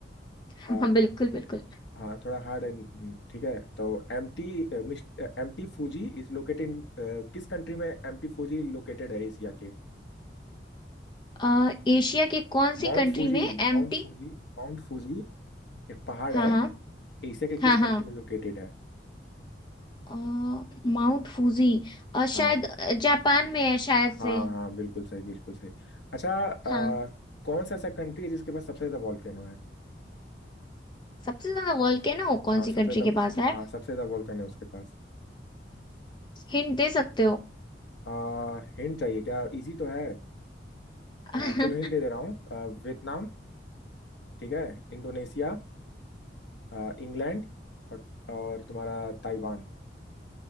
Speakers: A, on the left (about 25°); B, on the left (about 75°).
A: <laughs> हाँ
B: आ,
A: बिल्कुल बिल्कुल
B: हाँ थोड़ा हार्ड एंड ठीक है तो MT MT Fuji is located in किस कंट्री में एमटी फूजी लोकेटेड है एशिया के
A: अ, एशिया के कौन सी
B: Mount
A: कंट्री
B: Fuji
A: में एम्प्टी
B: mount Fuji mount Fuji एक पहाड़
A: हाँ
B: है
A: हाँ
B: एशिया के
A: हाँ
B: किस कंट्री
A: हाँ
B: में लोकेटेड है
A: अ, माउंट फूजी और
B: हाँ
A: शायद अ, जापान में है शायद
B: हाँ
A: से
B: हाँ बिल्कुल सही बिल्कुल सही अच्छा आ,
A: हाँ
B: कौन सा ऐसा कंट्री है जिसके पास सबसे ज्यादा वॉल्केनो है
A: सबसे ज्यादा वोल्केनो कौन
B: हाँ
A: सी
B: सबसे
A: कंट्री
B: ज्यादा
A: के पास है
B: हाँ सबसे ज्यादा वॉल्केनो है उसके पास
A: हिंट दे सकते हो
B: आ, हिंट चाहिए क्या इजी तो है
A: <laughs>
B: आ,
A: हम्म
B: चलो हिंट दे दे रहा हूँ आ, वियतनाम ठीक है इंडोनेशिया आ, इंग्लैंड और और तुम्हारा ताइवान